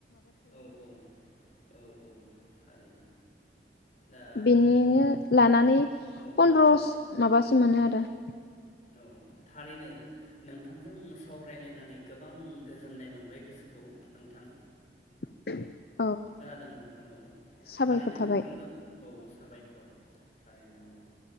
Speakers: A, on the left; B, on the left.
A: औ औ औ औ थारैनो दा
B: बेनिनो लानानै फन्द्र
A: औ औ औ
B: माबासो मोनो आरो <unintelligible>
A: औ थारैनो नोंथांजों सावरायलायनानै गोबां गोजोननाय मोनबाय गोसोखौ नोंथां
B: <inaudible>
A: खोनादों नोंथां औ
B: साबायखर
A: थारैनो
B: थाबाय
A: नोंथांजों औ साबायखर थारैनो औ